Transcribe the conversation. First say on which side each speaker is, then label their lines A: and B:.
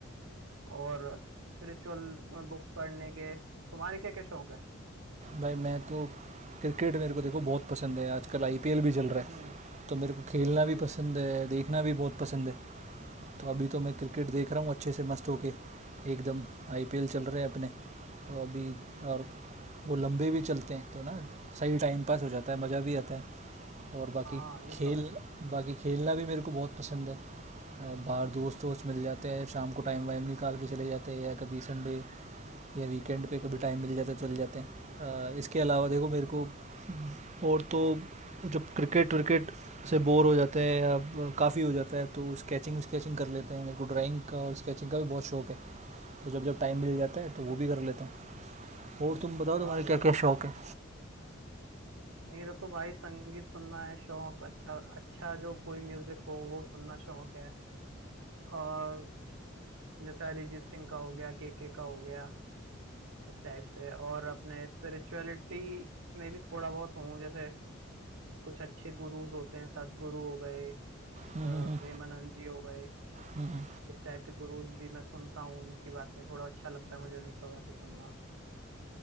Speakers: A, on the right; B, on the right.
A: और स्पिरिचुअल बुक्स पढ़ने के तुम्हारे क्या क्या शौक है
B: भाई मैं तो क्रिकेट मेरे को देखो बहुत पसंद है आजकल आईपीएल भी चल रहा
A: हम्म
B: है तो मेरे को खेलना
A: हम्म
B: भी पसंद है देखना भी बहुत पसंद है तो अभी तो मैं क्रिकेट देख रहा हूँ अच्छे से मस्त होके एकदम आईपीएल चल रहे हैं अपने तो अभी और वो लंबे भी चलते हैं तो ना सही टाइम पास हो जाता है मज़ा भी आता है और बाकी
A: हाँ ये
B: खेल
A: तो है
B: बाकी खेलना भी मेरे को बहुत पसंद है अ, बाहर दोस्त वोस्त मिल जाते हैं शाम को टाइम वाइम निकाल के चले जाते हैं या कभी संडे या वीकेंड पे कभी टाइम मिल जाता है चले जाते हैं अ, इसके अलावा देखो मेरे को और तो जब क्रिकेट विकेट से बोर हो जाते हैं या काफ़ी हो जाता है तो स्केचिंग स्केचिंग कर लेते हैं मेरे को ड्राइंग का और स्केचिंग का भी बहुत शौक है तो जब जब टाइम मिल जाता है तो वो भी कर लेता हूँ और तुम बताओ
A: वाह
B: तुम्हारे क्या
A: यार
B: क्या शौक है
A: मेरा तो भाई संगीत सुनना है शौक अच्छा अच्छा जो कोई म्यूजिक हो वो सुनना शौक है और जैसे अरिजीत सिंह का हो गया के के का हो गया इस टाइप से और अपने स्पिरिचुअलिटी में भी थोड़ा बहुत हूँ जैसे कुछ अच्छे गुरुज़ होते हैं सद्गुरु हो गए अ,
B: हम्म हम्म हम्म
A: प्रेमानंद जी हो गए
B: हम्म
A: इस टाइप के गुरुज़ भी मैं सुनता हूँ उनकी बातें थोड़ा अच्छा लगता है मुझे उनका बातें सुनना